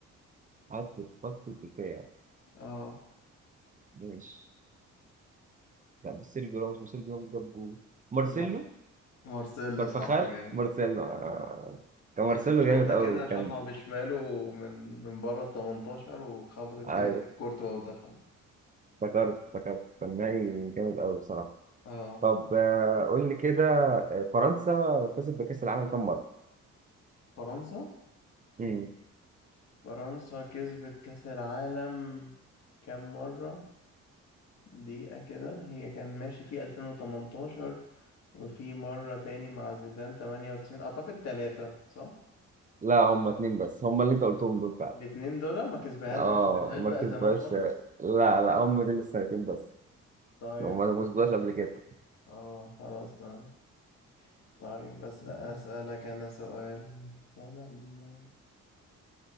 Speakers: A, on the right; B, on the left.
A: عدى في خط الدفاع
B: اه
A: ماشي لا مش سيرجيو راموس مش سيرجيو راموس جاب جول مارسيلو
B: لا مارسيلو
A: كارفاخال
B: صح جامد
A: مارسيلو آه. كان
B: كانت
A: مارسيلو
B: شوطة
A: جامد قوي
B: كده شاطها
A: كان
B: بشماله من من بره ال 18 وخبطت
A: ايوه
B: كده في ايد كورتوا ودخلت
A: افتكرت افتكرت كان نهائي جامد قوي بصراحه
B: اه
A: طب آه، قول لي كده آه، فرنسا كسبت بكاس العالم كام
B: فرنسا
A: مره؟
B: فرنسا كسبت كأس العالم كام مرة دقيقة كده هي كان ماشي في 2018 وفي مرة تاني مع زيدان 98 أعتقد تلاتة صح؟
A: لا هم اتنين بس هم اللي انت قلتهم دول فعلا
B: الاتنين دول ما كسبها
A: اه
B: ما كسبتهاش
A: ما
B: بقى
A: كسبهاش
B: زمان خالص
A: لا لا هم دول السنتين بس
B: طيب
A: هم
B: طيب.
A: ما كسبهاش قبل كده
B: اه خلاص تمام طيب بس أسألك أنا سؤال مثلا